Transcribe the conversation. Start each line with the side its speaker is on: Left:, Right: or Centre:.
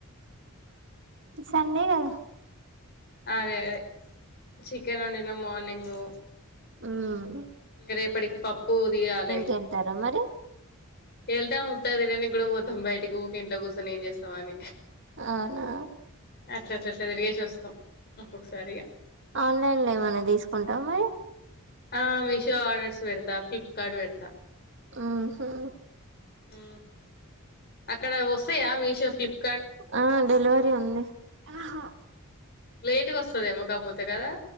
Right: సండే కదా.
Left: అదే అదే. చికెన్ వండిన మార్నింగ్. గు
Right: హమ్.
Left: ఇగా రేపటికి పప్పు దియాలీ
Right: కి వెళ్తారా మరి
Left: ఎళ్తా ముతాది రేప్. తిన్నికి కూడా పోతాం బయట. ఇగ ఊకే ఇంట్లో కూర్చొని ఏం చేస్తామని.
Right: అవునా
Left: అచ్చ అచ్చచ్చా తిరగేసి వస్తాం ఒక్కొక్కసారి ఇగ
Right: ఆన్లైన్ లో ఏమైన్నా తీసుకుంటారా మరి
Left: ఆ మీషో ఆర్డర్స్ పెడతా ఫ్లిప్ కార్డ్ పెడతా
Right: మ్మ్ హ్మ్
Left: ఆ అక్కడ వస్తాయా మీ ఫ్లిప్
Right: ఆ డెలివరీ ఉంది ఆహా
Left: లేటుగా వస్తదేమో కాకపోతే కదా